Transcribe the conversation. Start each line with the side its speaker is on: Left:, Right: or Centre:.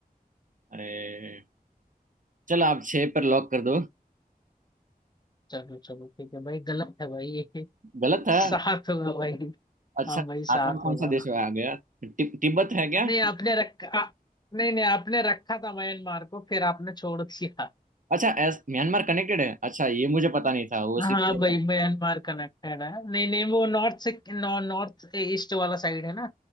Right: अरे चलो आप छः पर लॉक कर दो
Left: चलो चलो ठीक है भाई गलत है भाई <laughs> ये
Right: गलत है
Left: सात हुआ भाई
Right: अच्छा
Left: हाँ
Right: सातवां
Left: भाई सात
Right: कौन
Left: होगा
Right: सा देश आ गया ति, तिब्बत है क्या
Left: नहीं आपने रखा नहीं नहीं आपने रखा था म्यांमार को फिर आपने छोड़ दिया
Right: अच्छा एस म्यांमार कनेक्टेड है अच्छा ये मुझे पता नहीं था वो
Left: हाँ
Right: सिर्फ
Left: भाई म्यांमार कनेक्टेड है नहीं नहीं वो नॉर्थ से नॉ, नॉर्थ ईस्ट वाला साइड है ना